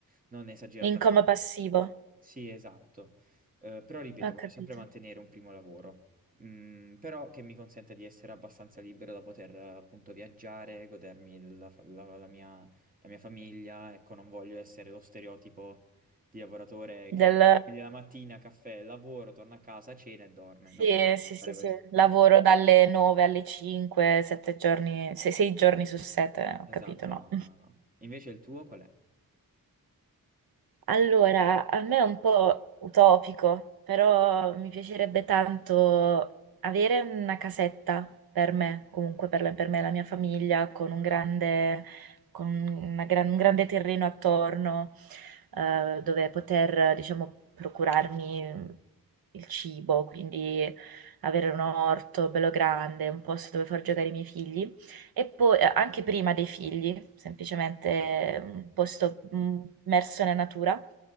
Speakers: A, on the right; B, on the right.
A: non esageratamente.
B: In coma passivo,
A: Sì, esatto. Eh, però ripeto,
B: ho
A: voglio
B: capito.
A: sempre mantenere un primo lavoro, Mm, però che mi consente di essere abbastanza libero da poter eh, appunto viaggiare, godermi la, fa- la- la mia, la mia famiglia, ecco, non voglio essere lo stereotipo di lavoratore
B: Del...
A: che quindi la mattina, caffè, lavoro, torna a casa, cena e dorme.
B: Sì,
A: No, non
B: sì,
A: devi
B: sì,
A: fare questo.
B: sì. Lavoro dalle 9 alle 5, 7 giorni, 6 giorni su 7, ho
A: Esatto,
B: capito, no.
A: no, no, no, no. Invece il tuo qual è?
B: Allora, a me è un po' utopico, però mi piacerebbe tanto avere una casetta per me, comunque per, la- per me e la mia famiglia, con un grande, con una gran- un grande terreno attorno, eh, dove poter, diciamo, procurarmi il cibo, quindi avere un orto bello grande, un posto dove far giocare i miei figli. E poi eh, anche prima dei figli, semplicemente un posto mm, immerso nella natura.